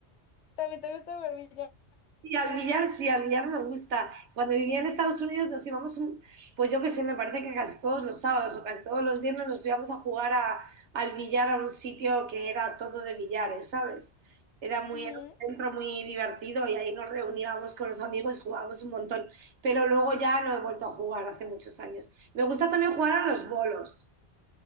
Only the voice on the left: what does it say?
¿También te gusta jugar billar?
Ujú.